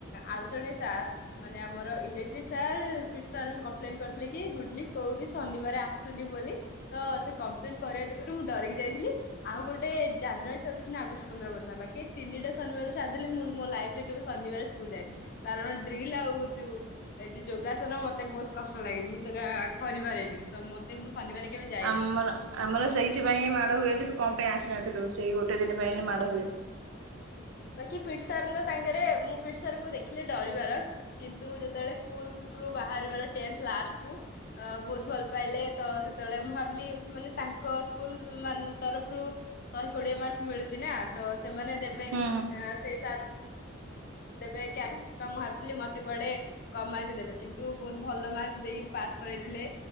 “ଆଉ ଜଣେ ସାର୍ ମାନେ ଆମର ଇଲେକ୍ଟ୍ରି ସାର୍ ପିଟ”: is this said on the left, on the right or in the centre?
Left